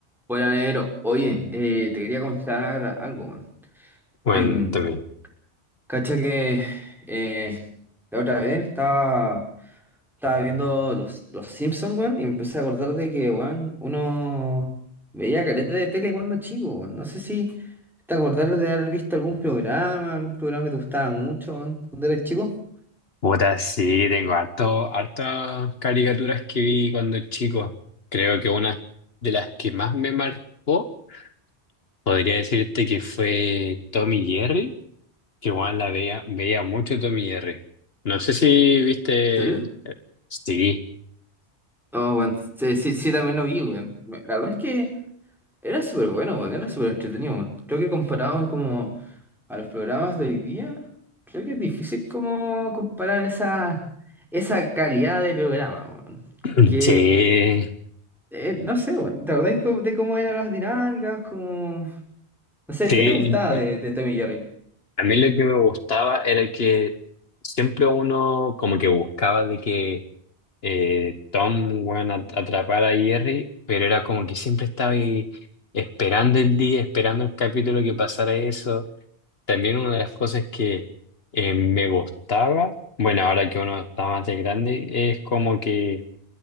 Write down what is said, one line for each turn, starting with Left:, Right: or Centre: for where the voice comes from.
Centre: Hola, negro. Oye, eh, te quería contar algo. bueno,
Left: Cuéntame.
Centre: Em, cacha que eh, la otra vez estaba, estaba viendo los, los Simpsons, weón, y me empecé a acordar de que, weón, uno veía caleta de tele cuando chico, weón. No sé si te acordás de haber visto algún programa, algún programa que te gustaba mucho, weón, cuando eras chico.
Left: Puta, sí, tengo harto, hartas caricaturas que vi cuando chico. Creo que una de las que más me marcó, podría decirte que fue Tommy y Jerry, que igual la veía, veía mucho Tommy y Jerry. No sé si viste.
Centre: ¿En serio?
Left: Sí,
Centre: Oh, weón, sí, sí, sí, también lo vi, weón. La verdad es que Era súper bueno, weón, era súper entretenido, weón. Creo que comparado como a los programas de hoy día, creo que es difícil como comparar esa, esa calidad de programa, weón.
Left: <clears throat>
Centre: Que,
Left: sí,
Centre: eh, no sé, weón, ¿te acordás co- de cómo eran las dinámicas? Como... No sé,
Left: sí.
Centre: ¿qué te gustaba de, de Tommy y Jerry?
Left: A mí lo que me gustaba era que siempre uno como que buscaba de que eh, Tom weón, at- atrapara a Jerry, pero era como que siempre estaba ahí esperando el día, esperando el capítulo que pasara eso. También una de las cosas que eh, me gustaba, bueno, ahora que uno está más de grande, es como que